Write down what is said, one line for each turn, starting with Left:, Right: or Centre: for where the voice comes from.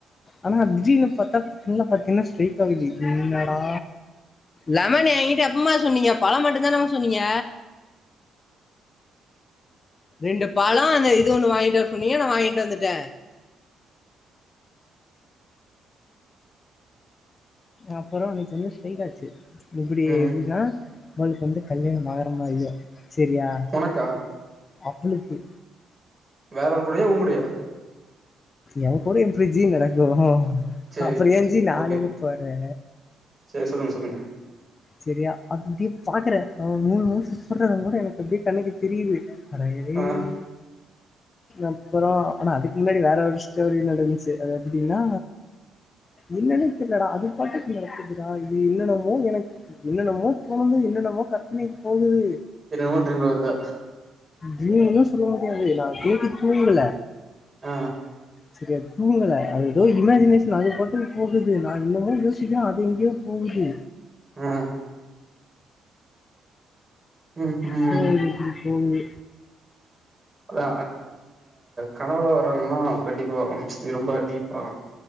Left: ஆனா ஜீவ் ல பாத்தா ஃபுல்லா பாத்தின்னா ஸ்ட்ரய்ட்டா <unintelligible> என்னடா லெமன் எங்கிட்ட எப்பம்மா சொன்னீங்க பழம் மட்டுந்தானமா சொன்னீங்க ரெண்டு பழோ அந்த இது ஒண்ணு வாங்கிட்டு வர சொன்னீங்க நா வாங்கிட்டு வந்துட்டே அப்பறோ நேத்து வந்து ஸ்ட்ரைகாச்சு இப்புடி
Right: ம்
Left: எப்பிட்னா அவளுக்கு வந்து கல்யாணமாகுற மாரிதா சேரியா
Right: உனக்கா
Left: அப் அவளுக்கு
Right: வேறொரு கூடயா உங்கூடயா
Left: எங் கூட எப்ரிஜி நடக்கூ
Right: சேரி
Left: அப்பறயேஞ்ஜி நாளைக்கு
Right: ஓகே
Left: போறே
Right: சேரி சொல்லுங்க சொல்லுங்க
Left: செரியா அப்டியே பாக்கறே அவ மூணு முட்சு போட்றது கூட எனக்கு அப்டியே கண்ணுக்கு தெரியுது அட‌ ஏய்
Right: ஆ
Left: அப்பறோ அனா அதுக் முன்னாடி வேற ஒரு ஸ்டோரி நடந்ச்சு அது எப்புடின்னா என்னன்னே தெர்லடா அது பாட்டுக் நடக்குதுடா இது என்னன்னமோ எனக் என்னென்னமோ தோணுது என்னென்னமோ கற்பனைக் போகுது
Right: <unintelligible> வருதா
Left: தூன்னும் சொல்ல <unintelligible> தூங்கல
Right: ஆ
Left: செரிய தூங்கல அத ஏதோ இமேஜினேஷன் அது பாட்டுக் போகுது நா என்னமோ யோசிக்கிறே அது எங்கேயோ போகுது
Right: ஆ ம் ம்
Left: செரி நீ போய் தூங்கு
Right: தா கனவுல வராங்கன்னா கண்டிப்பா நீ ரொம்ப டீப்பா